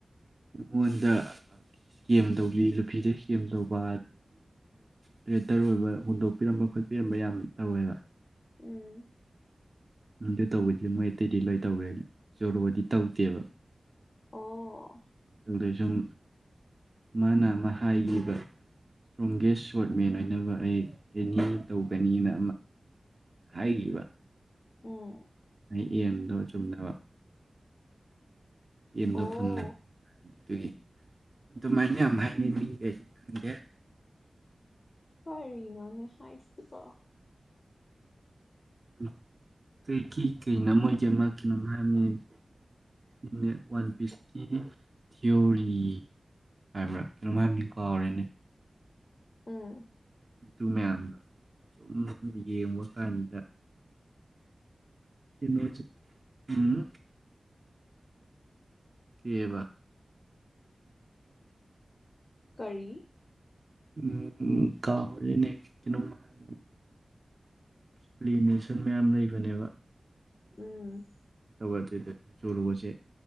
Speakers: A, on the right; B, on the left.
A: <unintelligible> ꯉꯣꯟꯗ ꯁ꯭ꯀꯦꯝ ꯏꯧꯕꯤ ꯅꯨꯄꯤꯗ ꯁ꯭ꯀꯦꯝ ꯇꯧꯕ ꯇ꯭ꯔꯦꯇꯔ ꯑꯪꯏꯕ ꯍꯨꯟꯇꯣꯛꯄꯤꯔꯝꯕ ꯈꯣꯠꯄꯤꯔꯝꯕ ꯌꯥꯝ ꯇꯧꯋꯦꯕꯥ꯫
B: ꯎꯝ
A: ꯑꯗꯨ ꯇꯧꯕꯖꯤꯗ ꯃꯣꯏ ꯑꯇꯩꯗꯤ ꯂꯣꯏ ꯇꯧꯒ꯭ꯔꯦ ꯖꯣꯔꯣꯗꯤ ꯇꯧꯗꯦꯕ꯫
B: ꯑꯣ
A: <unintelligible> ꯅ ꯑꯃ ꯍꯥꯏꯒꯤꯕ ꯁꯇ꯭ꯔꯣꯡꯒꯦꯁ ꯁ꯭ꯋꯣꯔꯗꯃꯦꯟ ꯑꯣꯏꯅꯕ ꯑꯦꯅꯤ ꯇꯧꯒꯅꯤꯅ ꯍꯥꯏꯒꯥꯕ꯫
B: ꯑꯣ꯫
A: ꯑꯦꯝꯗꯣ ꯆꯨꯝꯅꯕ ꯑꯏꯃꯗꯣ
B: ꯑꯣ
A: ꯐꯪꯅꯥꯕ ꯑꯗꯨꯒꯤ ꯑꯗꯨꯃꯥꯏꯅ ꯌꯥꯝ ꯍꯥꯏꯅꯩ ꯃꯤꯒꯩꯅ ꯈꯪꯗꯦ꯫
B: ꯀꯔꯤꯅꯣꯅꯦ ꯍꯥꯏꯁꯤꯕꯣ꯫
A: <unintelligible> ꯃꯣꯏꯒꯤ ꯑꯃ ꯀꯩꯅꯣꯝ ꯍꯥꯏꯕꯅꯤꯅꯦ <unintelligible> ꯋꯥꯟ ꯄꯤꯁꯀꯤ ꯊꯤꯑꯣꯔꯤ ꯍꯥꯏꯕ꯭ꯔ ꯀꯩꯅꯣꯝ ꯍꯥꯏꯕꯅꯦ ꯀꯥꯎꯔꯦꯅꯦ
B: <unintelligible>
A: ꯑꯗꯨ ꯃꯌꯥꯝꯗꯣ ꯁꯨꯝ ꯌꯦꯡꯕ ꯀꯥꯟꯗ꯫ ꯀꯩꯅꯣꯖꯦ ꯎꯪ꯫ ꯀꯦꯕ꯫
B: ꯀꯔꯤ꯫
A: ꯑꯨꯝ ꯀꯥꯎꯔꯦꯅꯦ ꯀꯩꯅꯣꯝ ꯍꯥꯏꯕꯅꯤꯅꯦ꯫ ꯑꯦꯛꯁꯄ꯭ꯂꯦꯅꯦꯁꯟ ꯃꯌꯥꯝ ꯂꯩꯕꯅꯦꯕ꯫
B: ꯑꯨꯝ꯫
A: <unintelligible> ꯑꯗꯨꯗ ꯖꯣꯔꯣꯖꯦ